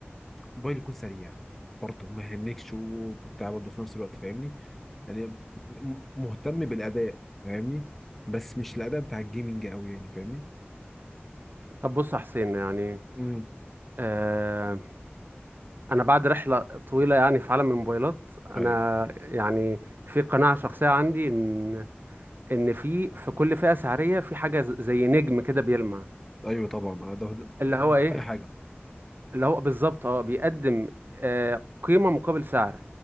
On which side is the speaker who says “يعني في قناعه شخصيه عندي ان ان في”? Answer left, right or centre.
Right